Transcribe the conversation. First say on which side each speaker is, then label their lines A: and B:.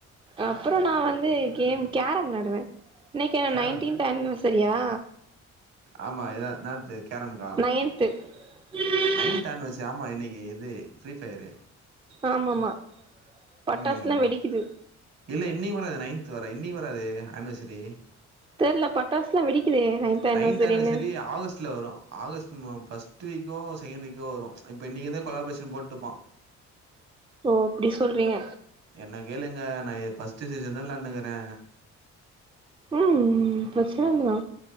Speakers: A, on the right (about 15°); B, on the right (about 60°).
A: அப்றோ நா வந்து கேம் கேரம் வெளாடுவே இன்னைக்கு என்ன
B: கேரம்
A: நைன்டீன்த் ஆன்வசரியா
B: ஆமா ஏ என்னாத்து கேரம்கா
A: ன்து <inaudible>
B: நைன்த் அனிவர்சரி ஆமா இன்னைக்கு எது ப்ரீ ஃப்யரு
A: ஆமமா பட்டாசுல்லா
B: ம்
A: வெடிக்குது
B: இல்ல இன்னைக்கு வராது நைன்த் வர இன்னைக்கு வராது அனிவர்சரி
A: தெர்ல பட்டாசுலா வெடிக்குதே ஆனிவர்சரின்னு
B: நைன்த் அனிவர்சரி ஆகஸ்ட்ல வரு ஆகஸ்ட் ம ஃபர்ஸ்ட் வீக்கோ செகண்ட் வீக்கோ வரு இப்போ இன்னைக்குந்தே கொலாப்ரேஷன் போட்டுப்பா
A: ஓ அப்டி சொல்றீங்க
B: என்ன கேளுங்க நா பஸ்ட்ட் சீசன் தா நனுுகிறே
A: ம் பிரச்சன தா